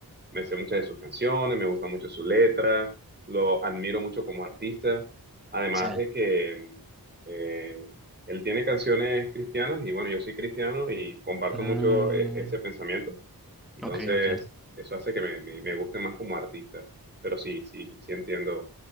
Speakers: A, on the right; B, in the centre.
A: me sé muchas de sus canciones, me gusta mucho su letra, lo admiro mucho como artista. Además
B: Sí.
A: de que eh, él tiene canciones cristianas y bueno, yo soy cristiano y comparto
B: Mm,
A: mucho eh, ese pensamiento. Entonces,
B: ok, ok.
A: eso hace que me, me- me guste más como artista. Pero sí, sí, sí entiendo